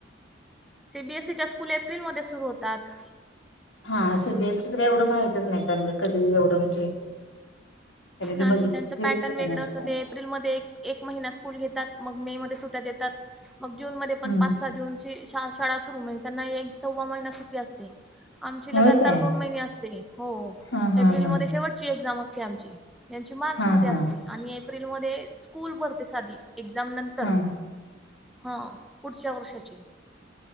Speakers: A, in the centre; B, on the left.
A: सी बी एसी च्या स्कूल एप्रिलमध्ये सुरू होतात.
B: हा सीबीएसई एवढं माहितच नाही कारण का कधी एवढं म्हणजे कधी
A: नाही
B: ते बघितलं
A: त्यांच पॅटर्न
B: तेच केलं
A: वेगळं
B: नाही सोडा
A: असं ते एप्रिलमध्ये एक महिना स्कूल घेतात मग मे मध्ये सुट्या देतात मग जूनमध्ये पण
B: हम्म
A: पाच सहा जून जे श शाळा सुरु त्यांना एक सव्वा महिना सुट्टी असते. आमची
B: होय
A: लगातार
B: काय
A: दोन महिने असते हो
B: हा हा
A: एप्रिलमध्ये
B: हा
A: शेवटची एक्झाम असते आमची यांची मार्च
B: हा
A: मध्ये
B: हा
A: असतेआणि एप्रिलमध्ये स्कूल भरते साधी एक्झाम नंतर
B: हा
A: हा पुढच्या वर्षाची